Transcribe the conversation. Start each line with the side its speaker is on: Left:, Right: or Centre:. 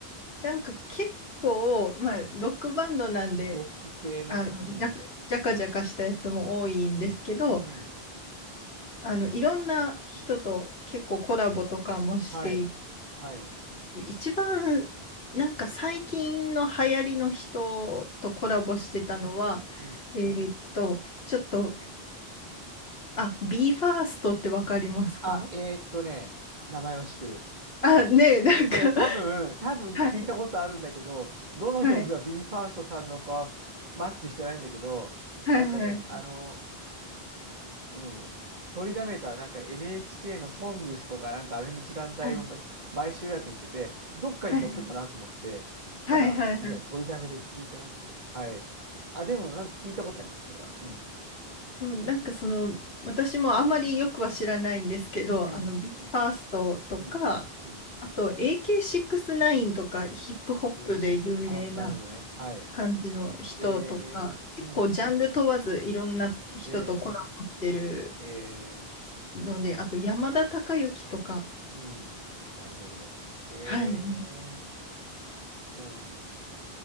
Left: なんか結構、まあ、
Right: うん。
Left: ロックバンドなんで、
Right: ロック系の、
Left: あの、
Right: うん、
Left: じゃ、じゃかじゃかしたやつも多いんですけど、
Right: うん、
Left: あの、いろんな人と結構コラボとかもしてい
Right: はい、はい、
Left: 一番なんか最近の流行りの人とコラボしてたのは、
Right: うん。
Left: えーっと、ちょっと、あ、b ファーストってわかりますか
Right: あ、えーっとね、名前は知ってる。
Left: あ、ねえ、なんか、
Right: で、多分、多分聞いたことあるんだけど、
Left: はい、
Right: どの曲が
Left: はい、
Right: b e f i r s さんのかマッチしてないんだけど、
Left: はい、
Right: なんかね、
Left: はい、
Right: あの、うん、取りだめた、なんか NHK のソングスとか、なんかあれの時間帯を毎毎週約にしてて、
Left: はい、
Right: どっかに載ってたなと思って、
Left: はい、はい、
Right: まだ、
Left: はいはい
Right: すみません、取りだめで聞いてなくて。はい。あ、でも、なんか聞いたことあります、それは。うん。
Left: そう、なんかその、私もあまりよくは知らないんですけど、
Right: うん、
Left: あの、b
Right: うん、
Left: ファーストとか、
Right: うん、うん。
Left: あと AK69 とかヒップホップで有名な、
Right: 6、あ、なるほどね。はい。
Left: 感じの人とか、
Right: えー、
Left: 結構ジャンル問わずいろんな人とコラボしてる
Right: うん。えー、えー
Left: ので、あと山田孝之とか、
Right: うん。なるほど。へえ、
Left: はい、うん
Right: そうなんだ。